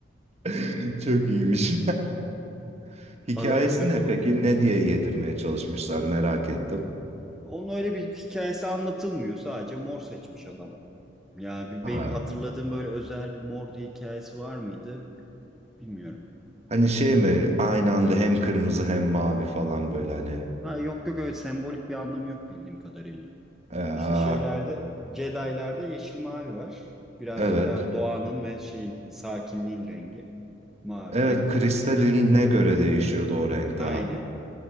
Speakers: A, on the right; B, in the centre.
A: <laughs> Çok iyiymiş. <laughs> Hikayesi
B: Adam sırf
A: ne
B: onu
A: peki?
B: almış.
A: Ne diye yedirmeye çalışmışlar merak ettim.
B: Onun öyle bir hikayesi anlatılmıyor. Sadece mor seçmiş adam. Yani
A: Ha.
B: benim hatırladığım böyle özel bir mor diye hikayesi var mıydı bilmiyorum.
A: Hani şey mi aynı anda hem kırmızı hem mavi falan böyle hani.
B: Ha, yok yok öyle sembolik bir anlamı yok bildiğim kadarıyla.
A: Aa.
B: İşte şeylerde Jedi'larda yeşil mavi var. Birazcık
A: evet.
B: daha doğanın ve şeyin sakinliğin rengi. Mavi
A: Evet
B: denizin
A: kristaline
B: falan.
A: göre değişiyordu o renk
B: Aynen.
A: daha.